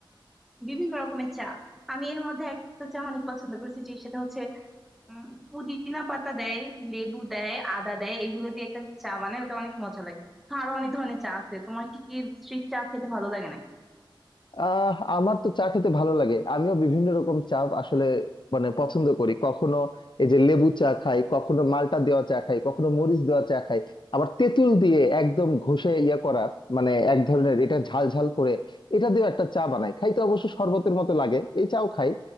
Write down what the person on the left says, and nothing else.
আহ আমার তো চা খেতে ভালো লাগে আমিও বিভিন্ন রকম চা আসলে মানে পছন্দ করি কখনো এই যে লেবু চা খাই কখনো মালটা দেওয়া চা খাই কখনো মরিচ দেওয়া চা খাই আবার তেঁতুল দিয়ে একদম ঘষে ইয়া করা মানে এক ধরনের এটা ঝাল ঝাল করে এটা দিয়ে একটা চা বানাই খাইতে অবশ্য শরবতের মতো লাগে এই চাও খাই